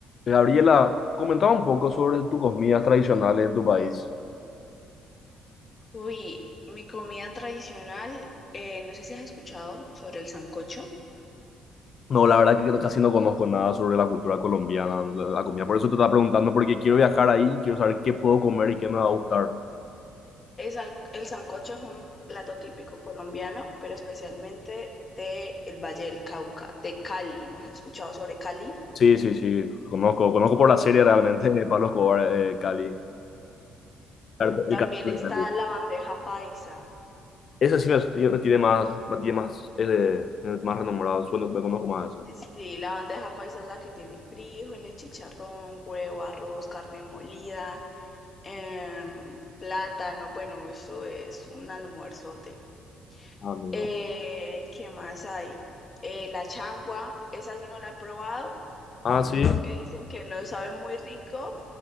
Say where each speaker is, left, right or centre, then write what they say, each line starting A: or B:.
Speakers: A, on the left (about 50°); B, on the left (about 35°).
A: Gabriela, comentaba un poco sobre tus comidas tradicionales en tu país.
B: Uy, mi comida tradicional, eh, no sé si has escuchado sobre el sancocho.
A: No, la verdad que casi no conozco nada sobre la cultura colombiana, la, la comida. Por eso te estaba preguntando, porque quiero viajar ahí, quiero saber qué puedo comer y qué me va a gustar.
B: Es al- el sancocho es un plato típico colombiano, pero especialmente de el Valle del Cauca, de Cali. ¿No has escuchado sobre Cali?
A: Sí, sí, sí, conozco, conozco por la serie realmente de Pablo Escobar, eh, Cali, el
B: También
A: cartel
B: está
A: de Cali.
B: la bandeja paisa.
A: Esa sí me, tiene me tiene más, me tiene más, eh, más renombrado, sueno, me conozco más esa.
B: Sí, la bandeja paisa es la que tiene frijoles, chicharrón, huevo, arroz, carne molida, em, plátano. Bueno, eso es un almuerzote.
A: Ah, mira.
B: Eh, ¿qué más hay? Eh, la changua, esa sí no la he probado
A: Ah, sí,
B: porque dicen que no sabe muy rico,